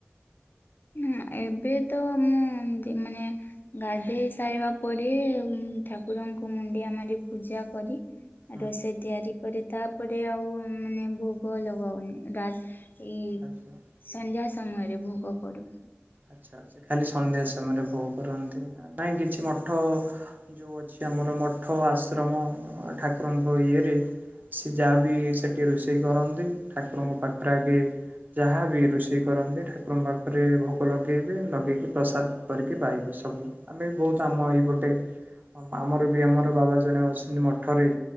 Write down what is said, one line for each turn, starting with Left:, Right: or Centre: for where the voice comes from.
Left: <unintelligible> ଏବେ ତ ମୁଁ ମାନେ ଗାଧେଇ ସାରିବା ପରେ ଠାକୁରଙ୍କୁ ମୁଣ୍ଡିଆ ମାର ପୂଜା କରି
Right: ହୁଁ
Left: ରୋଷେଇ ତିଆରି କରେ ତାପରେ ଆଉ ମାନେ ଭୋଗ ଲଗାଉନି ଡା ଇ
Right: ଆଚ୍ଛା।
Left: ସନ୍ଧ୍ୟା ସମୟରେ ଭୋଗ କରୁ।
Right: ଆଚ୍ଛା ଆଚ୍ଛା ଖାଲି ସନ୍ଧ୍ୟା ସମୟରେ ଭୋଗ କରନ୍ତି ନାଇଁ କିଛି ମଠ ଯୋଉ ଅଛି ଆମର ମଠ ଆଶ୍ରମ ଠାକୁରଙ୍କ ଇଏରେ ସି ଯାହା ବି ସେଠି ରୋଷେଇ କରନ୍ତି ଠାକୁରଙ୍କ ପାଖରେ ଆଗେ ଯାହା ବିି ରୋଷେଇ କରନ୍ତି ଠାକୁରଙ୍କ ପାଖରେ ଭୋଗ୍ ଲୋକ ଲଗେଇବେ ଲଗେଇକି ପ୍ରସାଦ କରିକି ପାଇବେ ସବୁ। ଆମେ ବି ବହୁତ ଆମ ଏଇପଟେ ହଁ ଆମର ବି ଆମର ବାବା ଜଣେ ଅଛନ୍ତି ମଠରେ